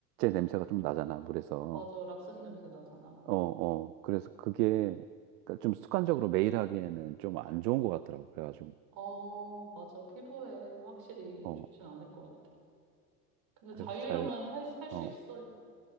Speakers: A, on the right (about 70°); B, on the right (about 50°).
A: 냄새가 좀 나잖아, 물에서.
B: 맞아, 락슨 냄새 나잖아.
A: 어, 어. 그래서 그게 그러니까 좀 습관적으로 매일 하기에는 좀 안 좋은 것 같더라고. 그래가지고.
B: 어, 맞아. 피부에 확실히
A: 어,
B: 좋진 않을 것 같아. 근데
A: 그래서
B: 자유형은
A: 잘,
B: 할, 할 수
A: 어,
B: 있어.